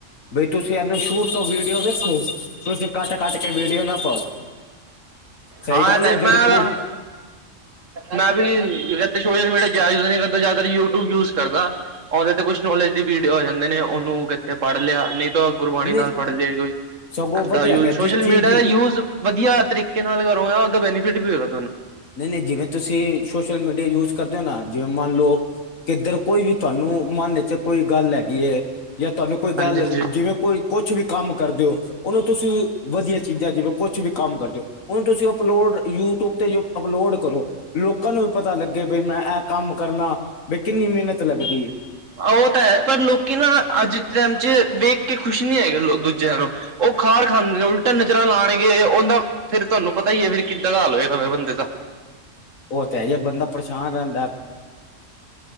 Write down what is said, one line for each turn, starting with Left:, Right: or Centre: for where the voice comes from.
Left: ਬਈ ਤੁਸੀਂ ਤੁਂ ਇਹਨੂੰ ਸ਼ੂ ਤੋਂ ਵੀਡੀਓ ਦੇੇਖੋ ਤੁਸੀਂ ਕੱਟ-ਕੱਟ ਕੇ ਵੀਡੀਓ ਨਾ ਪਾਓ। ਸਹੀ
Right: ਹਾਂ
Left: ਗੱਲ
Right: ਤੇ
Left: ਨੇ ਜਿਹੜੀ
Right: ਮੇ
Left: ਪੂ
Right: ਦਾ ਮੈਂ ਵੀ ਸੋਸ਼ਲ ਮੀਡੀਆ ਯੂਜ ਕਰਦਾ ਜਿਆਦਾਤਰ ਯੂਟਿਊਬ ਯੂਜ ਕਰਦਾ ਉਹਦੇ ਤੇ ਕੁਛ ਨੋਲੇਜ ਦੀ ਵੀਡੀਓ ਆ ਜਾਂਦੇ ਨੇ ਉਹਨੂੰ ਕਿੱਥੇ ਪੜ੍ਹ ਲਿਆ ਨਹੀਂ, ਗੁਰਬਾਣੀ
Left: ਨਹੀਂ
Right: ਨਾਲ ਪੜ੍ਹ ਲਏਗੀ ਈ
Left: ਸਗੋਂ ਵਧੀਆ
Right: ਯੂਜ
Left: ਹੈਗਾ
Right: ਸੋਸ਼ਲ
Left: ਜਿਸ ਚੀਜ਼
Right: ਮੀਡੀਆ
Left: ਦੀ
Right: ਦਾ ਯੂਜ ਵਧੀਆ ਤਰੀਕਾ, ਕਰੋਗਾ ਉਹਦਾ ਬੈਨੀਫਿਟ ਵੀ ਹੋਵੇਗਾ,
Left: ਨਹੀਂ-ਨਹੀਂ ਜਿਵੇਂ ਤੁਸੀਂ ਸੋਸ਼ਲ ਮੀਡੀਆ ਯੂਜ ਕਰ, ਨਾ ਜਿਵੇਂ ਮੰਨ ਲਓ ਕਿੱਧਰ ਕੋਈ ਵੀ ਤੁਹਾਨੂੰ ਮਨ ਚ ਕੋਈ ਗੱਲ ਹੈਗੀ। ਜਾਂ ਤੁਹਾਨੂੰ ਕੋਈ
Right: ਹਾਂਜੀ
Left: ਗੱਲ
Right: ਹਾਂਜੀ
Left: ਜਿਵੇਂ ਕੋਈ ਕੁਛ ਵੀ ਕੰਮ, ਕਰਦੇ ਹੋ ਉਹਨੂੰ ਤੁਸੀਂ ਵਧੀਆ ਚੀਜ਼ਾਂ ਜਿਵੇ ਕੁਛ ਵੀ ਕੰਮ ਕਰਦੇ ਹੋ ਉਹਨੂੰ ਤੁਸੀਂ ਅਪਲੋਡ, ਯੂਟਿਊਬ ਤੇ ਜੋ ਅਪਲੋਡ ਕਰੋ ਲੋਕਾਂ ਨੂੰ ਵੀ ਪਤਾ ਲੱਗੇ ਬਈ ਮੈਂ ਇਹ ਕੰਮ ਕਰਨਾ, ਬਈ ਕਿੰਨੀ ਮਿਹਨਤ ਲੱਗਦੀ ਹੈ
Right: ਉਹ ਤਾਂ ਹੈ ਪਰ ਲੋਕੀ ਨਾ ਅੱਜ, ਟਾਈਮ ਚ ਵੇਖ ਕੇ ਖੁਸ਼ ਨੀ ਹੈਗੇ ਦੂਜਿਆਂ ਨੂੰ ਉਹ ਖਾਰ ਖਾਂਦੇ ਉਲਟਾ ਨਜ਼ਰ ਲਾਉਣਗੇ ਉਹ, ਫੇਰ ਤੁਹਾਨੂੰ ਪਤਾ ਹੀ ਫਿਰ ਕਿੱਦਾਂ ਦਾ ਹਾਲ ਹੋਏ ਬੰਦੇ ਦਾ
Left: ਉਹ ਤੇ ਹੈ ਜੇ ਬੰਦਾ ਪਰੇਸ਼ਾਨ ਰਹਿੰਦਾ।